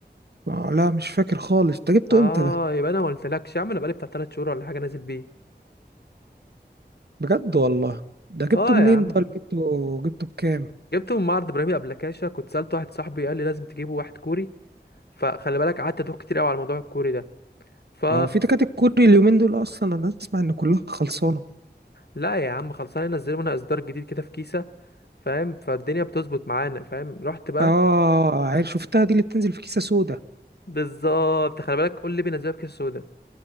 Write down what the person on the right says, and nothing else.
آه لا مش فاكر خالص انت جبته
امتى ده
بجد والله ده
جبته منين
ده ولا جبته جبته بكام
هو في تكاتك كوري اليومين دول اصلا انا اسمع ان كلها خلصانه
اه عارف شفتها دي اللي بتنزل في كيسه سودا